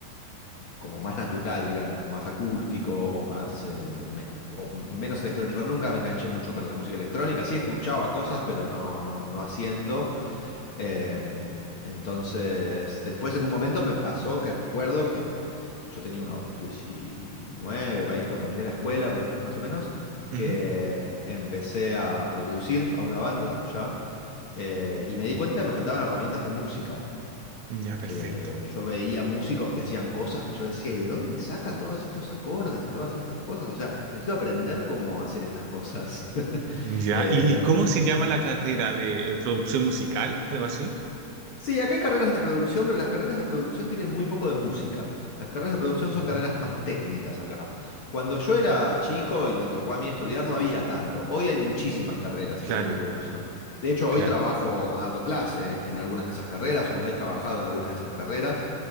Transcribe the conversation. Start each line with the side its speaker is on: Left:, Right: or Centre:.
Left: como más natural, digamos, más acústico o más, eh, me- po- menos electrónico. Nunca me enganché mucho con la música electrónica. Sí escuchaba cosas, pero no, no, no haciendo. Em, entonces, después en un momento me pasó que recuerdo que yo tenía unos 19, ahí cuando terminé la escuela, por- e, más o menos,
Right: ujú.
Left: que empecé a producir a una banda ya, eh, y me di cuenta que me faltaban herramientas de música,
Right: Ya, perfecto.
Left: que yo veía músicos que hacían cosas que yo decía, ¿y de dónde saca todos estos acordes, todas estas cosas? O sea, necesito aprender cómo hacer estas cosas. <laughs>
Right: Ya.
Left: Eh,
Right: ¿Y, y cómo se llama la carrera de eh, producción musical? ¿Algo así?
Left: Sí, acá hay carreras de producción, pero las carreras de producción tienen muy poco de música. Las carreras de producción son
Right: Mm,
Left: carreras más técnicas acá. Cuando yo era chico y me tocó a mí estudiar, no había tanto. Hoy hay muchísimas carreras
Right: claro,
Left: así de producción. De hecho,
Right: claro.
Left: hoy trabajo dando clase en algunas de esas carreras o he trabajado en algunas de esas carreras.